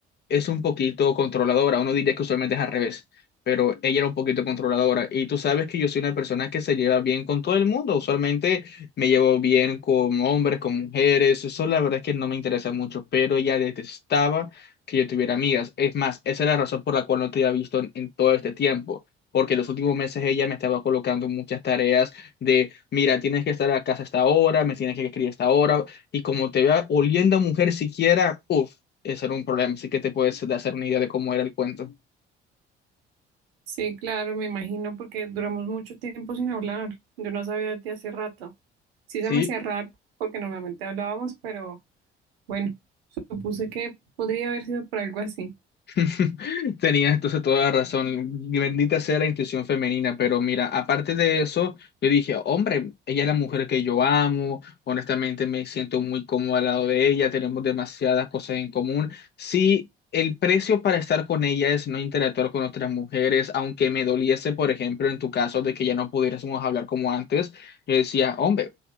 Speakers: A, on the left; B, on the right.
A: es un poquito controladora. Uno diría que usualmente es al revés, pero ella era un poquito controladora. Y tú sabes que yo soy una persona que se lleva bien con todo el mundo. Usualmente me llevo bien con hombres, con mujeres. Eso la verdad es que no me interesa mucho, pero ella detestaba que yo tuviera amigas. Es más, esa es la razón por la cual no te había visto en, en todo este tiempo. Porque en los últimos meses ella me estaba colocando muchas tareas de, mira, tienes que estar a casa a esta hora, me tienes que escribir a esta hora, y como te vea oliendo a mujer siquiera, uff, ese era un problema, así que te puedes hacer una idea de cómo era el cuento.
B: Sí, claro, me imagino porque duramos mucho tiempo sin hablar. Yo no sabía de ti hace rato. Sí
A: Sí,
B: se me hacía raro porque normalmente hablábamos, pero bueno, supuse que podría haber sido por algo así.
A: <laughs> Tenías entonces toda la razón. Bendita sea la intuición femenina, pero mira, aparte de eso, yo dije, hombre, ella es la mujer que yo amo, honestamente me siento muy cómodo al lado de ella, tenemos demasiadas cosas en común. Sí, el precio para estar con ella es no interactuar con otras mujeres, aunque me doliese, por ejemplo, en tu caso de que ya no pudiésemos hablar como antes, yo decía, hombre,